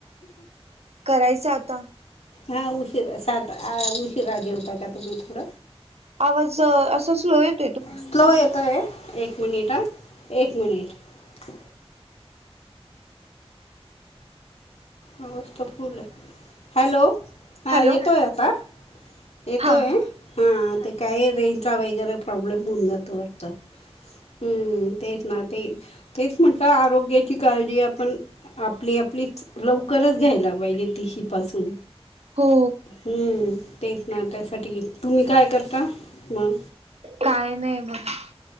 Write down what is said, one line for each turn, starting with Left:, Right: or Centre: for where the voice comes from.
Right: करायचं आता
Left: हा उशिरा सात आ उशिरा जेवतात का तुम्ही थोड?
Right: आवाज अस स्लोत.
Left: स्लो येतोय एक मिनिट एक मिनिट आवाज तर फुल हाय हॅलो हा
Right: हॅलो
Left: येतोय आता? येतोय
Right: हा
Left: हा ते काय रेंजचा वैगरे प्रॉब्लेम होऊन जातो वाटत. हम्म तेच ना ते तेच म्हटलं आरोग्याची काळजी आपण आपली आपलीच लवकरच घ्यायला पाहिजे ति ही पासून
Right: हो
Left: हम्म. तेच ना त्यासाठी तुम्ही काय करता म?
Right: काय नाइ बघा.